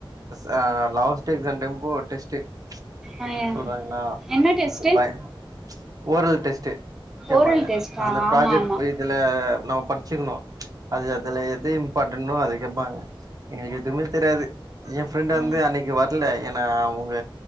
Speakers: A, on the right; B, in the centre.
A: அ லாஸ்ட் எக்ஸாம் டைம்போ ஒரு டெஸ்ட்டு ச்
B: ஆ
A: சொல்றாங்களா
B: என்ன டெஸ்ட்டு
A: அப்ப ச் ஓரல் டெஸ்ட் கேப்பாங்க
B: ஓரல் டெஸ்ட்டா
A: அந்த
B: ஆமா
A: ப்ராஜெக்ட்
B: ஆமா
A: போயி இதுல நம்ம படிச்சுர்ணு ச் அது அதுல எது இம்பார்ட்டன்டோ அது கேப்பாங்க எங்களுக்கு எதுவுமே தெரியாது என் ஃப்ரெண்ட்
B: ஆ
A: வந்து அன்னைக்கு வர்ல ஏன்னா அவங்க